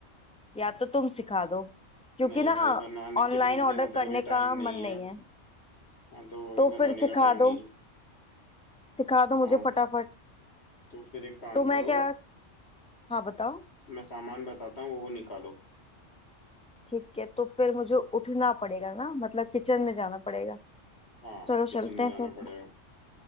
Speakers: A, in the centre; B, on the left (about 55°).
A: या तो तुम सिखा दो क्योंकि
B: नहीं
A: ना
B: भाई बनाने
A: ऑनलाइन
B: के भेजने
A: ऑर्डर
B: का
A: करने
B: तो अभी
A: का
B: टाइम
A: मन
B: नहीं
A: नहीं
B: है
A: है
B: हाँ तो अभी
A: तो
B: बनाने
A: फिर सिखा
B: का टाइम नहीं
A: दो
B: है
A: सिखा दो
B: हाँ
A: मुझे फटाफट
B: तो फिर एक काम
A: तो मैं
B: करो
A: क्या हाँ बताओ
B: मैं सामान बताता हूँ वो वो निकालो
A: ठीक है तो फिर मुझे उठना पड़ेगा ना मतलब किचन में जाना पड़ेगा
B: हाँ
A: चलो चलते
B: किचन में
A: हैं
B: जाना
A: फिर
B: पड़ेगा